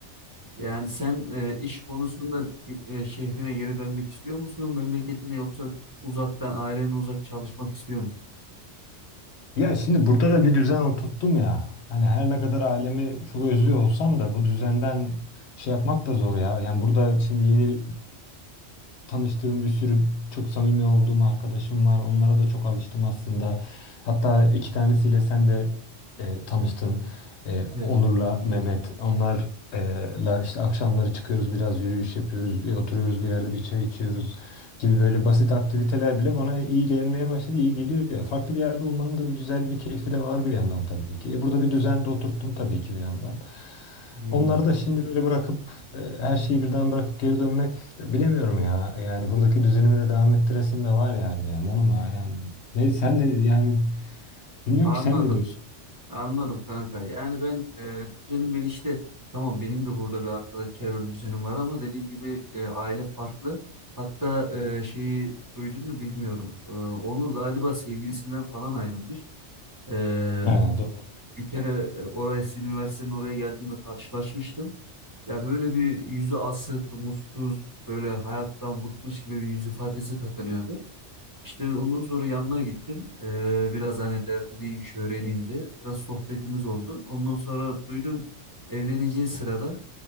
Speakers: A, on the right; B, on the left.
A: Yani sen e, iş konusunda e, şehrine geri dönmek istiyor musun, memleketine yoksa uzaktan, ailenin uzak çalışmak istiyor musun?
B: Ya şimdi burada da bir düzen oturttum ya. Hani her ne kadar ailemi çok özlüyor olsam da bu düzenden şey yapmak da zor ya. Yani burada şimdi yeni e, tanıştığım bir sürü çok samimi olduğum arkadaşım var. Onlara da çok alıştım aslında. Hatta iki tanesiyle sen de e, tanıştın. E,
A: Evet.
B: Onur'la Mehmet. Onlarla işte akşamları çıkıyoruz biraz yürüyüş yapıyoruz. Bir oturuyoruz bir yerde bir çay içiyoruz gibi böyle basit aktiviteler bile bana iyi gelmeye başladı, iyi geliyor ya. Farklı bir yerde olmanın da bir güzel bir keyfi de var bir yandan tabii ki. E burada bir düzen de oturttum tabii ki bir yandan.
A: Hmm.
B: Onları da şimdi böyle bırakıp e, her şeyi birden bırakıp geri dönmek de bilemiyorum ya. Yani buradaki düzenime de devam ettiresim de var yani bir yandan ama yani ne sen de yani bilmiyorum
A: Anladım.
B: ki sen ne diyorsun?
A: Anladım kanka. Yani ben e, düzenim ben işte tamam benim de burada bir arkadaş çevrem düzenim var ama dediğim gibi e, aile farklı. Hatta e, şeyi duydun mu bilmiyorum. E, Onur galiba sevgilisinden falan ayrılmış. E,
B: Ha, doğru.
A: bir kere e, oraya sizin üniversitenin oraya geldiğimde karşılaşmıştım. Ya böyle bir yüzü asık, mutsuz, böyle hayattan bıkmış gibi bir yüz ifadesi takınıyordu. İşte ondan sonra yanına gittim. Ee, biraz hani derdi neymiş öğreneyim diye. Biraz sohbetimiz oldu. Ondan sonra duydum evleneceği sırada